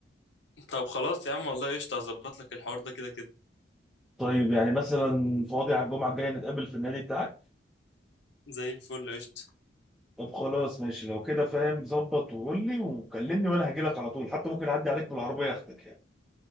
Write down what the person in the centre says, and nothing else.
طيب يعني مثلا فاضي على الجمعه الجايه نتقابل في النادي بتاعك
طب خلاص ماشي لو كده فاهم ظبط وقول لي وكلمني وانا هجيلك على طول حتى ممكن اعدي عليك بالعربيه اخدك يعني